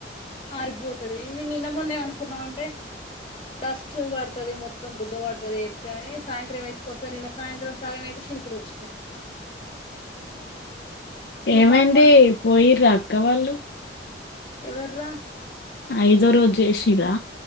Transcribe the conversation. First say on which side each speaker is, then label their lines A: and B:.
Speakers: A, on the left; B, on the left.
A: ఆరిపోతది నిన్న, మొన్న ఏమనుకున్నాం అంటే డస్ట్ పడతుది మొత్తం దుమ్ము పడుతది ఎత్ అని సాయంత్రం వేసుకొస్తా నిన్న సాయంత్రం సగం వే సి ఇప్పుడు వచ్చినయ్
B: ఏమైంది
A: మా అమ్మ
B: పోయిరా అక్క వాళ్ళు
A: ఎవర్రా
B: ఐదో రోజు జేసీర్రా